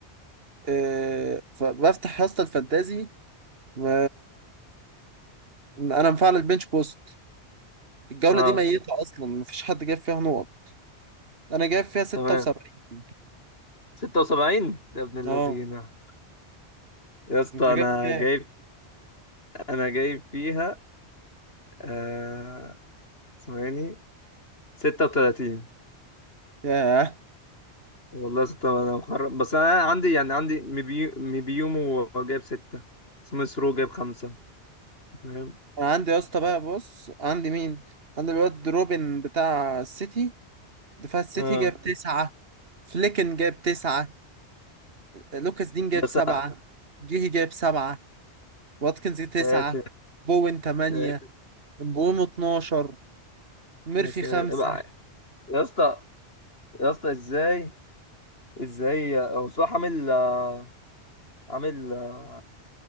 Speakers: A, on the right (about 60°); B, on the left (about 60°).
A: آه فبفتح يا اسطى الفانتازي و... انا مفعل البنش بوست الجوله
B: اه
A: دي ميته اصلا مفيش حد جاب فيها نقط انا جايب فيها 76
B: تمام 76 ده ابن اللذينة
A: اه
B: يا اسطى
A: انت جايب
B: انا
A: كام
B: جايب انا جايب فيها آه... ثواني 36
A: ياه
B: والله ستة انا مخرب بس انا عندي يعني عندي مبيو... مبيومو جايب ستة سميث رو جايب خمسة أنت فاهم
A: انا عندي يا اسطى بقى بص عندي مين عندي الواد روبن بتاع السيتي فالسيتي
B: اه
A: جاب تسعة فليكن جاب تسعة لوكاس دين جاب
B: بس
A: سبعة
B: أنا-
A: جيهي جاب سبعة واتكنز تسعة
B: ساتر
A: بوين تمانية
B: ساتر
A: بوم اتناشر ميرفي
B: يا ساتر.
A: خمسة
B: يبقى- يا اسطى يا اسطى ازاي ازاي هو صلاح عامل آه، عامل آه،